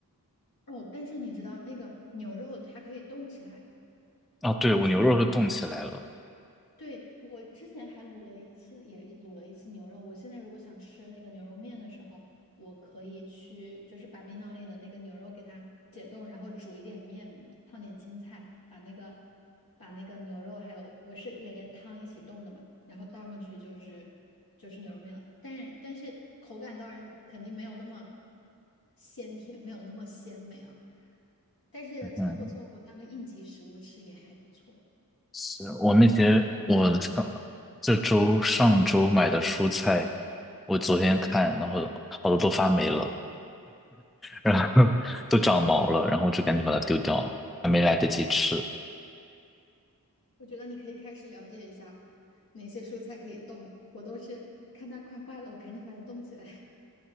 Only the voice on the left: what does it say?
哦，但是你知道那个牛肉它可以动起来，
比如说你
对，我之前还卤了一次，也卤了一次牛肉。我现在如果想吃那个牛肉面的时候，我可以去，就是把冰箱里的那个牛肉给它解冻，然后煮一点面，烫点青菜，把那个把那个牛肉还有我是连汤一起冻的嘛，然后倒上去就是就是牛肉面了。但是但是口感当然肯定没有那么鲜甜，没有那么鲜美啊，但是凑合凑合当个应急食物吃也还不错。
我觉得你可以开始了解一下哪些蔬菜可以冻，我都是看它快坏了，我赶紧把它冻起来。